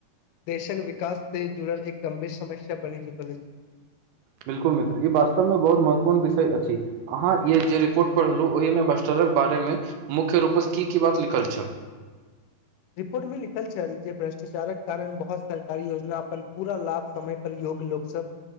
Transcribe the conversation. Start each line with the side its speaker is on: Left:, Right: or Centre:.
Left: देशक विकास से जुड़ल एक गंभीर समस्या बनी चुकल अछि
Right: बिल्कुल मित्र ई वास्तव मे बहुत महत्वपूर्ण विषय अछि अहाँ ई जे रिपोर्ट पढ़लहुँ ओहिमे भस्टरक बारेमे मुख्य रूपसँ की की बात लिखल छल
Left: रिपोर्ट मे लिखल छल जे भ्रष्टाचारक कारण बहुत सरकारी योजना अपन पूरा लाभ समय योग्य लोक सब